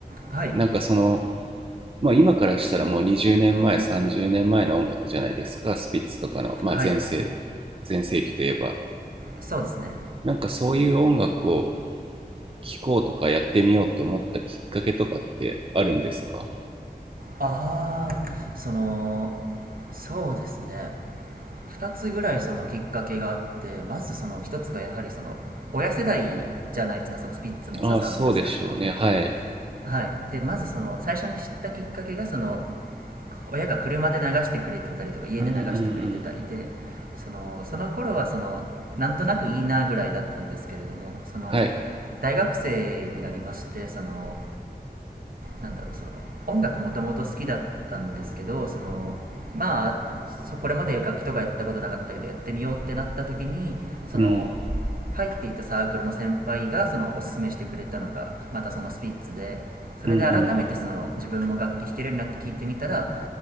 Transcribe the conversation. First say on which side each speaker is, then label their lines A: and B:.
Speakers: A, on the right; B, on the right.
A: <laughs> はい、
B: なんかその、まあ、今からしたらもう20年前、
A: うん、
B: 30年前の音楽じゃないですか、スピッツとかの、まあ、
A: はい
B: 前世、前世紀といえば。
A: そうですね
B: なんかそういう音楽を聴こうとかやってみようって思ったきっかけとかってあるんですか
A: ああそのそうですね2つぐらいそのきっかけがあってまずその1つがやはりその親世代じゃないですかそのスピッツもサザンオールスターズとかも
B: ああ、そうでしょうね。はい。
A: はいでまずその最初に知ったきっかけがその親が車で流してくれてたりとか家で流してくれてたりでそのその頃はそのなんとなくいいなぐらいだったんですけれどもその
B: うんうんうん。はい。
A: 大学生になりましてそのなんだろうその音楽もともと好きだったんですけどそのまあそこれまで楽器とかやったことなかったけどやってみようってなった時にその
B: うん。
A: 入っていたサークルの先輩がそのおすすめしてくれたのがまたそのスピッツでそれで改めてその自分も楽器弾けるようになって聴いてみたら
B: うんうん。